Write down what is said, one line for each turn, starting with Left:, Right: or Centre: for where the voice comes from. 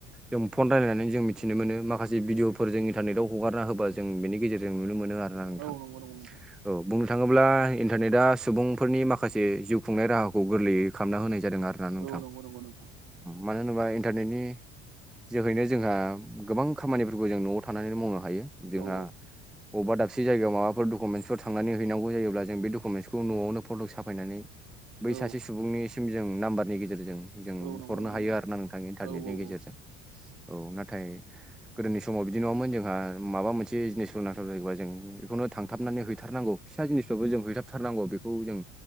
Centre: जों फन रायलायनानै जों मिथिनो मोनो माखासे जि भिडियफोर जों इन्टारनेटआव हगारना होबा जों बेनि गेजेरजों नुनो मोनो आरोना नोंथां
Right: औ नंगौ नंगौ नोंथां
Centre: औ बुंनो थांङोब्ला इन्टारनेटआ सुबुंफोरनि माखासे जिउ खुंनाय राहा खौ गोरलैयै खालामना होनाय जादों आरो ना नोंथां
Right: औ नंगौ नंगौ नोंथां
Centre: मानो होनोबा इन्टारनेटनि जोहैनो जोंहा गोबां खामानिफोरखौ जों न'आव थानानै मावनो हायो जोंहा
Right: औ
Centre: अबबा दाबसे जायगायाव माबाफोर दुख डकुमेन्सफोर थांनानै हैनांगौ जायोब्ला जों बे डकुमेन्टसखौ न'आवनो फट' साफायनानै बै
Right: औ
Centre: सासे सुबुंनि सिम जों नाम्बारनि गेजेरजों जों
Right: औ नंगौ
Centre: हरनो
Right: नंगौ
Centre: हायो आरो ना नोंथां इन्टारनेटनि
Right: औ औ
Centre: गेजेरजों
Right: औ
Centre: औ नाथाय गोदोनि समाव बिदि नङामोन जोंहा माबा मोनसे जिनिसखौ नाथार जायोबा जों बेखौनो थां थांनानै हैथारनांगौ फिसा जिनिसफ्राबो जों हैथाबथारनांगौ बेखौ जों